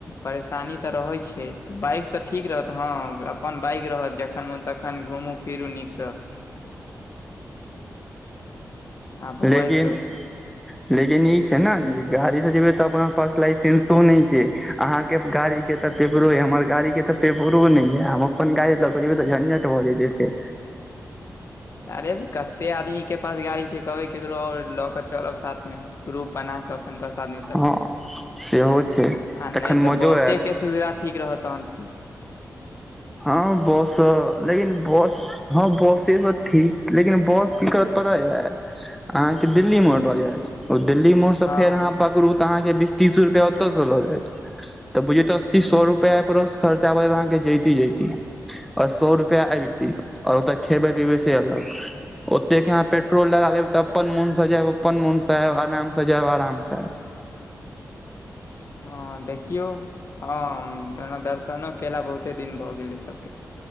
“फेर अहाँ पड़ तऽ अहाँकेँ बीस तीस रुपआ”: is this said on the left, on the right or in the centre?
Centre